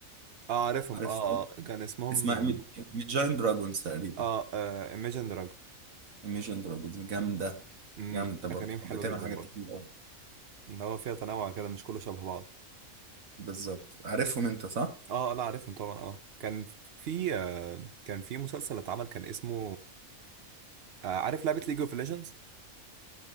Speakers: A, on the right (about 55°); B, on the right (about 75°).
A: آه، عارفهم
B: عارف
A: اه
B: Thunder؟
A: آه، كان اسمهم
B: اسمها ميت جاين دراجونز تقريبا
A: اه آه، Imagine Dragon
B: ايميجن دراجونز جامده
A: أمم. أمم.
B: جامده برضه
A: اغانيهم حلوه
B: بتعمل
A: جدا
B: حاجات
A: برضه
B: كتير قوي
A: اللي هو فيها تنوع كده مش كله شبه بعض
B: بالظبط عارفهم انت صح
A: اه لا عارفهم طبعا اه كان في آه، كان في مسلسل اتعمل كان اسمه آه، عارف لعبة ليج اوف ليجندز